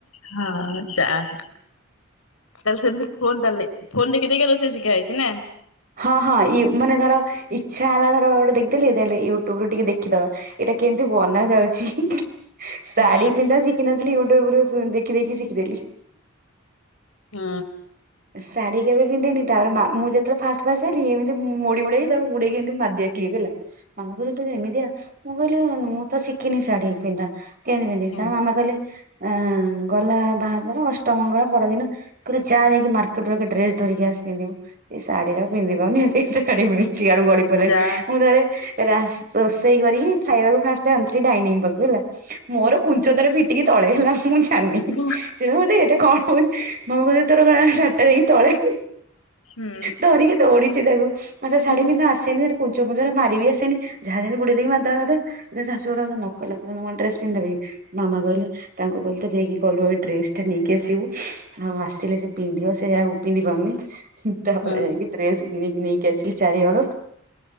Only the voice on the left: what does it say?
ହଁ ଯା ହଉ। ତାହେଲେ ସେମିତି ଫୋନ ତାହେଲେ ଫୋ ଦେଖି ଦେଖି ରୋଷେଇ ଶିଖା ହେଇଛି ନା।
ହୁଁ
ହୁଁ।
ହଁ
ଯା
ଯା
ହୁଁ।
ହୁଁ
ହୁଁ